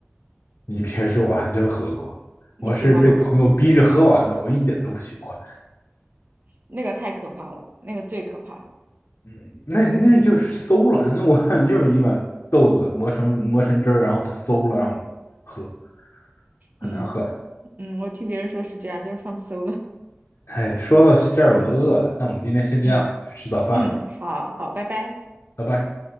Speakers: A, on the left; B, on the right.
A: 你别说，我还真喝过，
B: 你喜欢吗？
A: 我是被朋友逼着喝完的，我一点都不喜欢。
B: 那个太可怕了，那个最可怕。
A: 嗯，那那就是馊了，那我 <laughs> 感觉就是一碗豆子磨成磨成汁儿，然后它馊了，让我喝，很难喝的。
B: 嗯嗯，我听别人说是这样，就是放馊了。
A: 哎，说到这儿我都饿了，
B: 嗯
A: 那我们今天先这样，
B: 嗯
A: 去吃早饭了，
B: 嗯，好好，拜拜。
A: 拜拜。